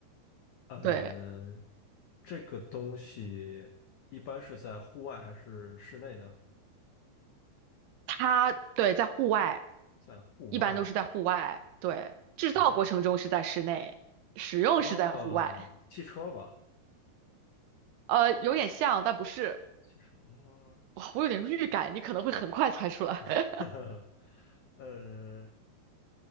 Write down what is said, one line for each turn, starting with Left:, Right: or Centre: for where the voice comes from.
Left: 呃，
Right: 对，
Left: 这个东西一般是在户外还是室内呢？
Right: 它对在户外，
Left: 在户外
Right: 一般都是在户外，对，制造过程中是在室内，
Left: 啊，
Right: 使用是在户外，
Left: 哦，汽车吧，
Right: 呃，有点像，但不是，
Left: 汽车，哦，
Right: 哇我有点预感，你可能会很快猜出来，
Left: <laughs>
Right: <laughs>
Left: 呵呵呃，